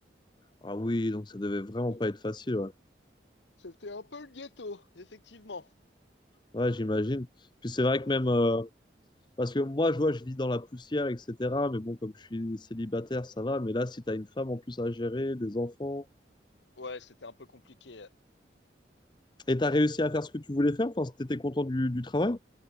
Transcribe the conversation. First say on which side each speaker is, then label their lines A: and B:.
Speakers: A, on the left; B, on the left.
A: Ah oui, donc ça devait vraiment
B: donc
A: pas être facile, ouais.
B: c'était un peu le ghetto, effectivement.
A: Ouais, j'imagine. Puis c'est vrai
B: Ouais,
A: que même,
B: ouais.
A: euh, Parce que moi, je vois, je vis dans la poussière, etc. Mais bon, comme je suis célibataire, ça va. Mais là, si t'as une femme en plus à gérer, des enfants.
B: Ouais, c'était un peu compliqué,
A: Et t'as réussi à faire ce que tu voulais faire, enfin, si t'étais content du, du travail.